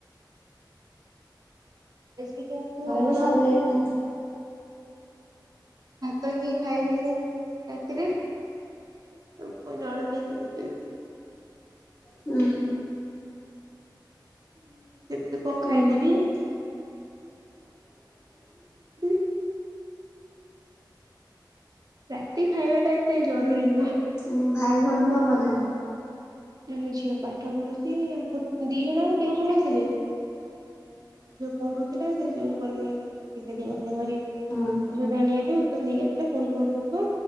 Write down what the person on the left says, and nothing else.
ବି ସବୁଦିନ ଭାତ
ହୁଁ।
ହୁଁ।
ଆ ତମ ଭାଇ ଭଉଣୀ କଣ କରୁଛନ୍ତି।
ହଁ।